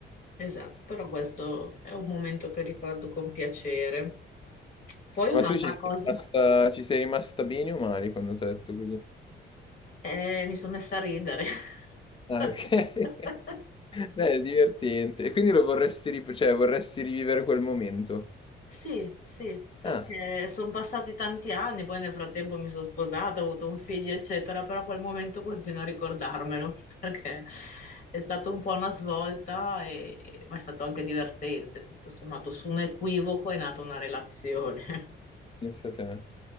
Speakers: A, on the left; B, on the left.
A: Esatto, però questo è un momento che ricordo con piacere. Poi un'altra
B: Ma tu ci
A: cosa,
B: sei rimasta, ci sei rimasta bene o male quando ti ho detto così?
A: eh, mi sono messa a ridere.
B: Ah,
A: <laughs>
B: ok. <laughs> Beh, è divertente. E quindi lo vorresti, rip- cioè, vorresti rivivere quel momento?
A: Sì, sì, perché
B: Ah,
A: sono passati tanti anni, poi nel frattempo mi sono sposata, ho avuto un figlio, eccetera, però quel momento continuo a ricordarmelo, <laughs> perché è stata un po' una svolta, e- ma è stato anche divertente, tutto sommato, su un equivoco è nata una relazione. <laughs>
B: pensa te.